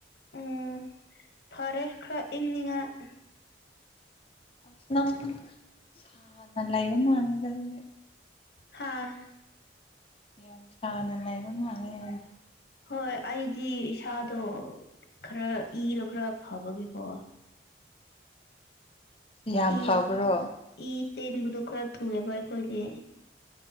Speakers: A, on the left; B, on the left.
A: ꯎꯝ ꯐꯔꯦ ꯈꯔ ꯏꯪꯅꯤꯡꯉꯥꯏ
B: ꯑꯁ ꯅꯪ ꯁꯥꯥꯟꯅ ꯂꯩꯕ ꯃꯜꯂꯦꯗꯥ ꯑꯗꯨꯗꯤ
A: ꯍꯥꯥ
B: ꯌꯥꯝ ꯁꯅ ꯂꯩꯕ ꯃꯥꯂꯜꯂꯦ
A: ꯍꯣꯏ ꯑꯩꯗꯤ ꯏꯁꯥꯗꯣ ꯈꯔ ꯏꯗꯣ ꯈꯔ ꯐꯕꯒꯤꯀꯣ
B: ꯌꯥꯝ
A: ꯇꯤꯁ
B: ꯐꯕ꯭ꯔꯣ
A: ꯏ ꯆꯦꯟꯕꯥꯗꯣ ꯈꯔ ꯊꯨꯔꯕꯥ ꯑꯩꯈꯣꯏꯒꯤ